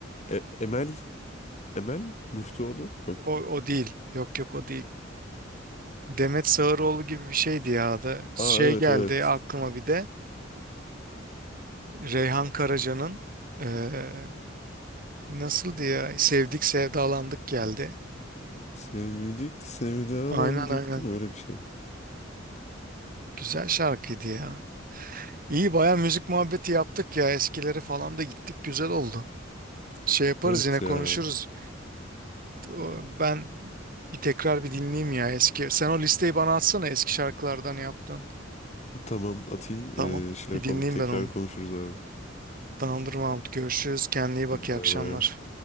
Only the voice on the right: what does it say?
O, o değil. Yok yok o değil. Demet Sağıroğlu gibi bir şeydi ya adı. Şey
geldi
aklıma bir de. Reyhan Karaca'nın eee nasıldı ya? Sevdik sevdalandık geldi.
Aynen aynen.
Güzel şarkıydı ya. İyi baya müzik muhabbeti yaptık ya eskileri falan da gittik güzel oldu. Şey yaparız
yine konuşuruz.
O- Ben bir tekrar bir dinleyeyim ya eski. Sen o listeyi bana atsana eski şarkılardan yaptın.
Tamam
bir
dinleyeyim
ben onu.
Tamamdır Mahmut görüşürüz kendine iyi bak
iyi akşamlar.